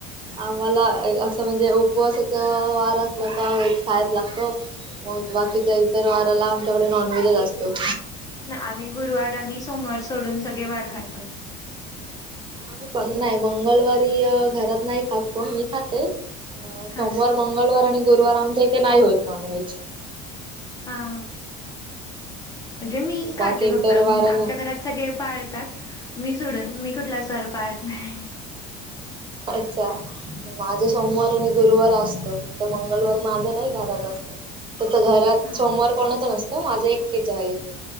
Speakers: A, on the right; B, on the left.
A: आम्हाला असं म्हणजे उपवासाचा वार असला तरच खायच लागत मग बाकीच्या इतर वाराला आमच्याकडे, नॉनव्हेजच असतो.
B: आम्ही गुरुवार आणि सोमवार सोडून सगळे वार खातो.
A: आम्ही पण नाही मंगळवारी घरात नाही खात, पण मी खाते.
B: हा
A: सोमवार, मंगळवार आणि गुरुवार आमच्या इथे नाही होत नॉनव्हेज.
B: हा म्हणजे मी खाते
A: बाकी इतर
B: फक्त, आमच्या
A: वाराला
B: घरात सगळे पाळतात मी सोडून, मी कुठलाच वार पाळत नाही.
A: अच्छा माझा सोमवार आणि गुरुवार असतो फक्त मंगळवार माझ्या नाही घरात असत. तस घरात
B: हा
A: सोमवार कोणाच नसत, माझं एकटीच आहे.